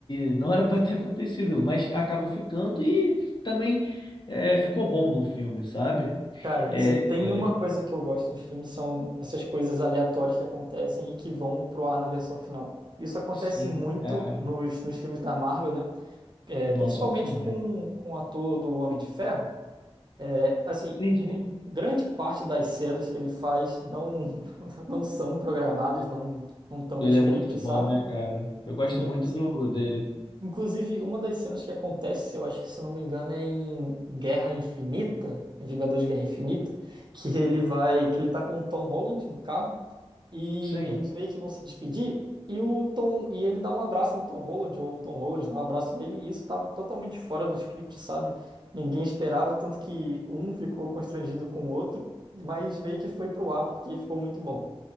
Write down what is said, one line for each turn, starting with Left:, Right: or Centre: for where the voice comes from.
Left: E não era para ter <laughs> acontecido, mas acabou ficando e também é, ficou bom no filme, sabe?
Right: Cara,
Left: É,
Right: se tem
Left: é,
Right: uma coisa que eu gosto nos filmes são essas coisas aleatórias que acontecem e que vão pro ar na versão final. Isso acontece
Left: sim,
Right: muito
Left: cara.
Right: nos, nos filmes da Marvel, né? É,
Left: Nossa,
Right: principalmente
Left: eu gosto muito.
Right: com, com o ator do Homem de Ferro. É, assim,
Left: Sim,
Right: mu-
Left: sim.
Right: grande parte das cenas que ele faz não, <laughs> não são programadas, não, não estão
Left: Ele
Right: no script,
Left: é muito bom,
Right: sabe?
Left: né, cara? Eu gosto
Right: Sim,
Left: muito
Right: sim.
Left: do dele.
Right: Inclusive, uma das cenas que acontece, eu acho que se não me engano, é em Guerra Infinita, em Vingadores de Guerra Infinita, que ele vai, que ele tá com o Tom Holland no carro e
Left: Sim.
Right: eles meio que vão se despedir e o Tom, e ele dá um abraço no Tom Holland ou o Tom Holland dá um abraço nele e isso tava totalmente fora do script, sabe? Ninguém esperava, tanto que um ficou constrangido com o outro, mas meio que foi pro ar porque ficou muito bom.